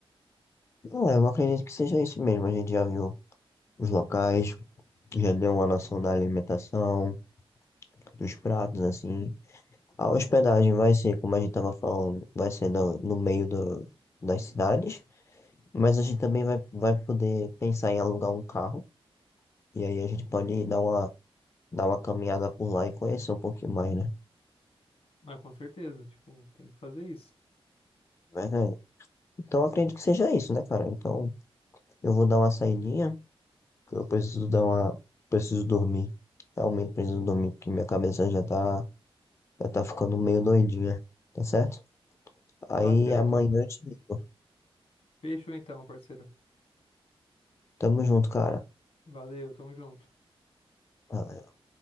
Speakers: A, on the left (about 30°); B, on the left (about 75°).
A: Não, eu acredito que seja isso mesmo. A gente já viu os locais, já deu uma noção da alimentação, dos pratos, assim. A hospedagem vai ser, como a gente estava falando, vai ser no, no meio do, das cidades, mas a gente também vai, vai poder pensar em alugar um carro, e aí a gente pode dar uma, dar uma caminhada por lá e conhecer um pouquinho mais, né?
B: aí. Ah, com certeza, tipo, tem que fazer isso.
A: Verdade. Então eu acredito que seja isso, né, cara? Então eu vou dar uma saidinha, que eu preciso dar uma. Preciso dormir. Realmente preciso dormir, porque minha cabeça já tá, já tá ficando meio doidinha, tá certo? Aí
B: Tá certo,
A: amanhã
B: mano.
A: eu te ligo.
B: Fechou então, parceiro.
A: Tamo junto, cara.
B: Valeu, tamo junto.
A: Valeu.